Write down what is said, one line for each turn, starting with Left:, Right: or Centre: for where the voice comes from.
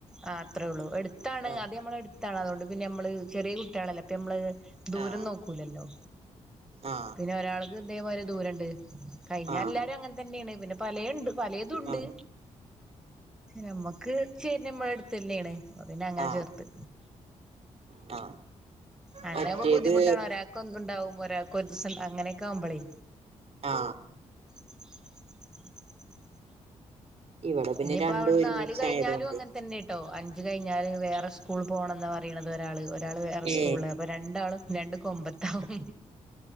Centre: ആ അത്രേ ഉള്ളൂ എടുത്താണ്
Right: ആ
Centre: അത് നമ്മൾടു ടുത്താണ് അതുകൊണ്ട് പിന്നെ നമ്മള് ചെറിയ കുട്ടികാളല്ലോ അപ്പൊ നമ്മള് ദൂരം
Right: ആ
Centre: നോക്കൂലല്ലോ
Right: ആ
Centre: പിന്നെ ഒരാൾക്ക് ഇതേ പോല ദൂരണ്ട് കഴിഞ്ഞാ
Right: ആ
Centre: എല്ലാരും അങ്ങനെ തന്നെയാണ് പിന്നെ പലയുണ്ട് പലേ തുംണ്ട്
Right: ആ
Centre: നമ്മക്ക് ചേരി നമ്മള അടുത്ത തന്നെയാണ് അപ്പോൾ അങ്ങനെ
Right: ആ
Centre: ചേർത്ത്
Right: ആ
Centre: അങ്ങനെ
Right: മറ്റേത്
Centre: ആകുമ്പോ ബുദ്ധിമുട്ടാണ് ഒരാൾ ഒന്നുണ്ടാവും ഒരാൾക്ക് ഒരു ദിവസം അങ്ങനെയൊക്കെ ആവുമ്പോളേ
Right: ആ
Centre: <unintelligible>
Right: ഇവിടെ പിന്നെ
Centre: ഇനിയിപ്പോ
Right: രണ്ടും
Centre: അവിടെ
Right: ഒരുമിച്ചായതുകൊണ്ട്
Centre: നാല് കഴിഞ്ഞാലും അങ്ങനെ തന്നെ ട്ടോ അഞ്ച് കഴിഞ്ഞാല് വേറെ സ്കൂൾ പോകണംന്നാ പറണ ഒരാള് ഒരാള് വേറെ
Right: ഏ
Centre: സ്കൂള്ള അപ്പൊ രണ്ടാലും രണ്ട് കൊമ്പത്താവും